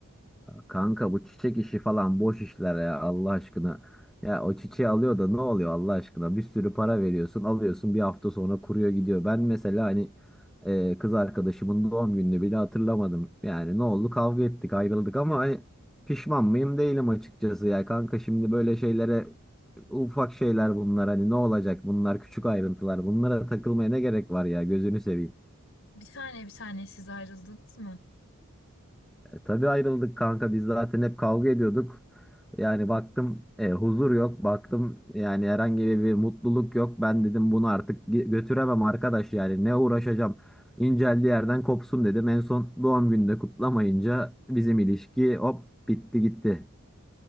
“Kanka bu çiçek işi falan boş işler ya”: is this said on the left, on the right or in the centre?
Centre